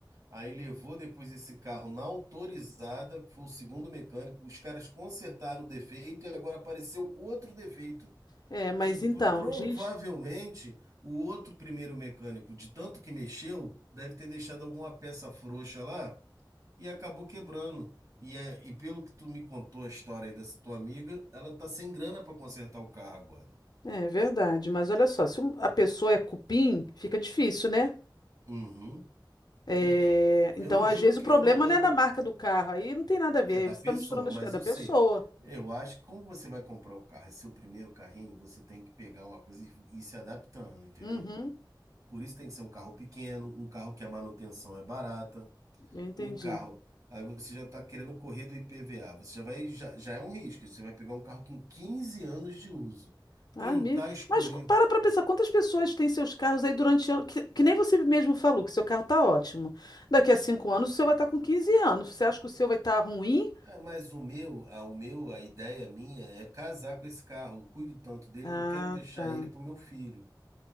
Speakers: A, on the right; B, on the left.
A: aí levou depois esse carro na autorizada, que foi o segundo mecânico, os caras consertaram o defeito e agora apareceu outro defeito,
B: É, mas
A: que
B: então,
A: pro- provavelmente
B: diz,
A: o outro primeiro mecânico, de tanto que mexeu, deve ter deixado alguma peça frouxa lá e acabou quebrando. E, é, e pelo que tu me contou a história aí dessa tua amiga, ela tá sem grana para consertar o carro agora.
B: é verdade, mas olha só, se um- a pessoa é cupim, fica difícil, né?
A: Uhum.
B: É,
A: Então,
B: então,
A: eu não
B: às
A: digo
B: vezes,
A: que
B: o problema
A: eu não, eu
B: não é
A: não-
B: da marca do carro, aí não tem nada a ver,
A: é da
B: você
A: pessoa,
B: está misturando
A: mas
B: as coisas da
A: eu
B: pessoa.
A: sei. Eu acho que como você vai comprar o carro, é seu primeiro carrinho, você tem que pegar uma coisa e e ir se adaptando, entendeu?
B: Uhum,
A: Por isso tem que ser um carro pequeno, um carro que a manutenção é barata.
B: eu entendi.
A: um carro. Aí você já está querendo correr do IPVA. Você já vai, já, já é um risco. Você vai pegar um carro com 15 anos de uso. Tentar
B: Ah, amigo.
A: escolher.
B: Mas co- para para pensar, quantas pessoas têm seus carros aí durante anos? Que, que nem você mesmo falou, que seu carro tá ótimo. Daqui a cinco anos o seu vai estar com 15 anos. Você acha que o seu vai estar ruim?
A: É, mas o meu, a, o meu, a ideia minha é casar com esse carro. Eu cuido tanto dele
B: Ah,
A: que eu quero deixar
B: tá.
A: ele para o meu filho.